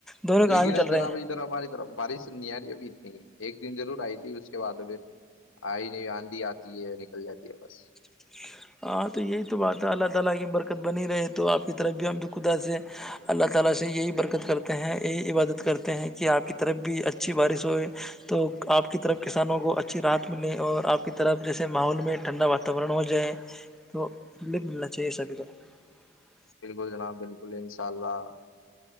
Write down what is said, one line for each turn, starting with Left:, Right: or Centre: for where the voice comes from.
Centre: دونوں
Left: اں
Centre: کام
Left: لیکن
Centre: ہی چل رہے
Left: جناب
Centre: ہیں
Left: ادھر ہماری طرف بارش نہیں آ رہی ابھی اتنی ہی <unintelligible> ایک دن ضرور آئی تھی اس کے بعد آئی <unintelligible> آدندھی آتی ہے <unintelligible> چل جاتی ہے بس <unintelligible>
Centre: <unintelligible> ج تو رف ملنا چاہیے سبھی کو <unintelligible>
Left: بالکل جناب بالکل انشاء اللہ